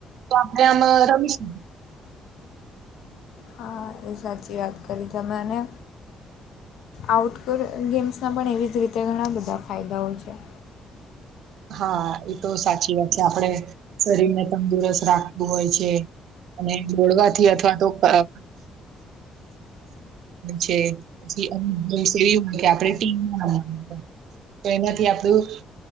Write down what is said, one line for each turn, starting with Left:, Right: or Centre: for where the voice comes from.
Right: તો આપડે આમ રમીશું
Left: હા એ સાચી વાત કરી તમે અને આઉટડોર ગેમ્સના પણ એવી જ રીતે ઘણા બધા ફાયદાઓ છે.
Right: હા, એતો સાચી વાત છે. આપડે શરીરને તંદુરસ્ત રાખતું હોય છે. અને જોડવાથી અથવા તો <unintelligible> <unintelligible> હોય છે. પછી <unintelligible> આપડે ટીમમાં. તો એનાથી આપડું